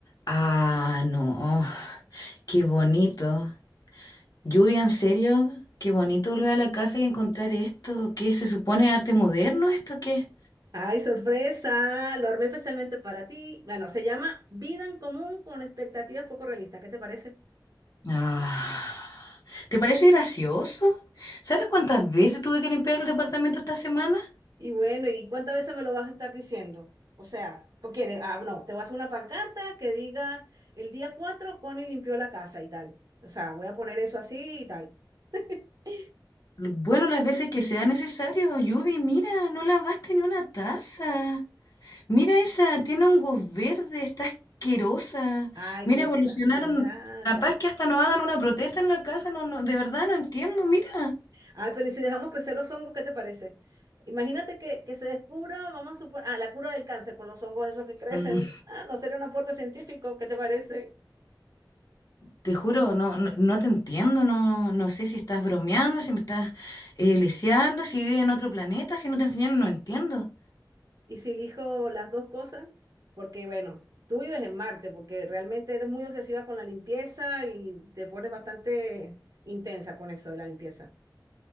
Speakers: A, on the left (about 55°); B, on the right (about 55°).
A: Ah, no, qué bonito. Lluvia, en serio, qué bonito volver a la casa y encontrar esto. ¿Qué se supone arte moderno esto? ¿Qué?
B: Ay, sorpresa, lo armé especialmente para ti. Bueno, se llama Vida en Común con expectativas poco realistas, ¿qué te parece?
A: Ah, ¿te parece gracioso? ¿Sabes cuántas veces tuve que limpiar el departamento esta semana?
B: Y bueno, ¿y cuántas veces me lo vas a estar diciendo? O sea, ¿qué quieres? Ah, no, te voy a hacer una pancarta que diga el día 4, Connie limpió la casa y tal. O sea, voy a poner eso así y tal. <laughs>
A: Bueno, las veces que sea necesario. Lluvia, mira, no lavaste ni una taza. Mira esa, tiene hongos verdes, está asquerosa.
B: Ay,
A: Mira,
B: qué
A: evolucionaron.
B: exagerada.
A: Capaz que hasta nos hagan una protesta en la casa, no, no, de verdad no entiendo, mira.
B: Ay, pero ¿y si dejamos crecer los hongos, qué te parece? Imagínate que, que se descubra, vamos a suponer, ah, la cura del cáncer con los hongos esos que crecen.
A: Mm,
B: Ah, no sería un aporte científico, ¿qué te parece?
A: Te juro, no, no, no te entiendo, no, no sé si estás bromeando, si me estás eh, lisiando, si vives en otro planeta, si no te enseñaron, no entiendo.
B: Y si elijo las dos cosas, porque bueno, tú vives en Marte, porque realmente eres muy obsesiva con la limpieza y te pones bastante intensa con eso de la limpieza.